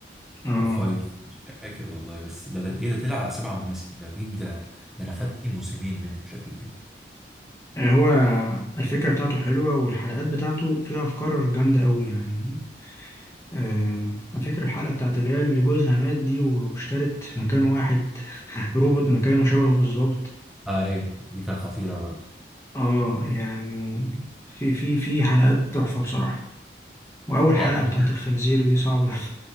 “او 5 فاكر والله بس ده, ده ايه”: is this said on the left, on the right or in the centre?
Centre